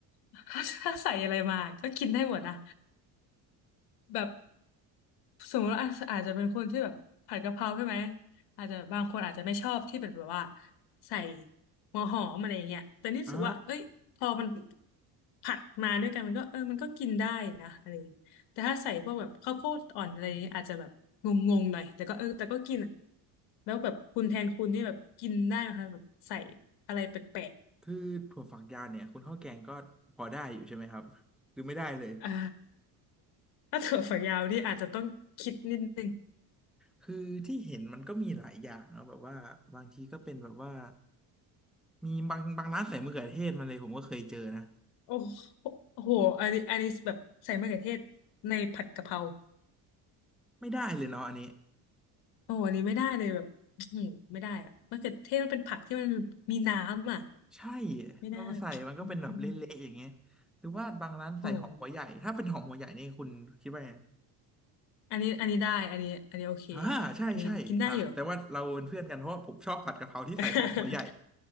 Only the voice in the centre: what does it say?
อ่า
คือถั่วฝักยาวเนี่ยคุณข้าวแกงก็พอได้อยู่ใช่ไหมครับหรือไม่ได้เลย
คือที่เห็นมันก็มีหลายอย่างนะแบบว่าบางทีก็เป็นแบบว่ามีบางบางร้านใส่มะเขือเทศมาเลยผมก็เคยเจอนะ
ไม่ได้เลยเนาะอันนี้
ใช่
เอามาใส่มันก็เป็นแบบเละๆอย่างเงี้ย
หรือว่าบางร้านใส่หอมหัวใหญ่ถ้าเป็นหอมหัวใหญ่นี่คุณคิดว่าไง
อ่าใช่ใช่อ่าแต่ว่าเราเป็นเพื่อนกันเพราะว่าผมชอบผัดกะเพราที่ใส่หอมหัวใหญ่